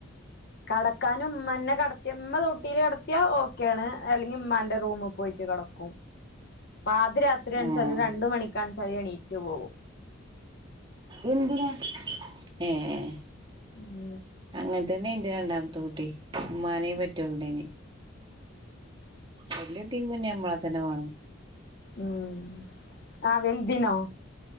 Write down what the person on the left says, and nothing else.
കെടക്കാനും ഇമ്മന്നെ കെടത്തിയ ഇമ്മ തൊട്ടിലി കെടത്തിയാ ഓക്കേണ്. അല്ലെങ്കി ഇമ്മാന്റെ റൂമ് പോയിട്ട് കെട ക്കും. പാതിരാത്രിയാണ്ച്ചാലും
രണ്ട് മണിക്കാണ്ച്ചാലും എണീറ്റ് പോവും.
ഉം
ഉം ആ വൽതിനോ